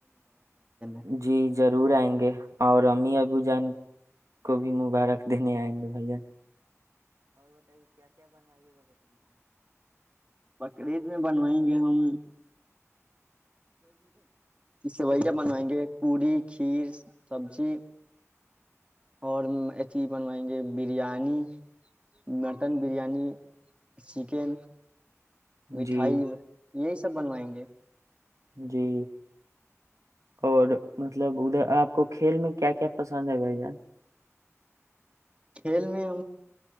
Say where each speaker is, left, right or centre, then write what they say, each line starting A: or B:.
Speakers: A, on the right; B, on the right.
A: <inaudible>
B: جی ضرور ائیں گے اور امی ابو جان کو بھی مبارک دینے ائیں گے بھائی جان
A: کلید میں بنوائیں گے ہم سویا منگوائیں گے پوری کھیر سبزی اور چی بنوائیں گے بریانی مٹن بریانی سیکھیں مٹھائی
B: جی
A: یہی سب بنوائیں گے
B: جی اور مطلب اپ کو کھیل میں کیا کیا پسند ہے بھائی جان
A: کھیل میں